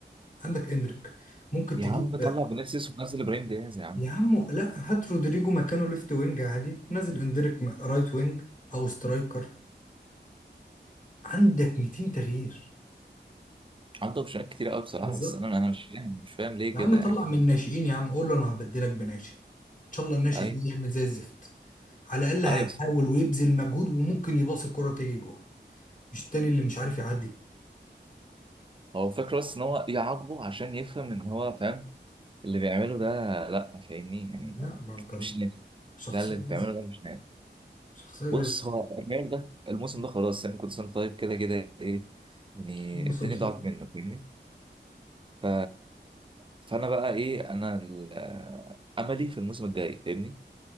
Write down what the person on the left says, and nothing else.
عندك اندريك ممكن
تجيب
يا عم لا هات رودريجو مكانه ليفت وينج عادي نزل اندريك م- رايت وينج او سترايكر عندك 200 تغيير
بالظبط
يا
عم طلع
من
الناشئين يا عم قول له انا هبدلك بناشئ ان شاء الله الناشئ
ده يعمل زي الزفت على الاقل
هيحاول ويبذل مجهود وممكن يباص الكرة تيجي جول مش التاني اللي مش عارف يعدي
لا
ما كان
شخصية
زي
الزفت.
شخصية زي
الزفت.
موسم
صفر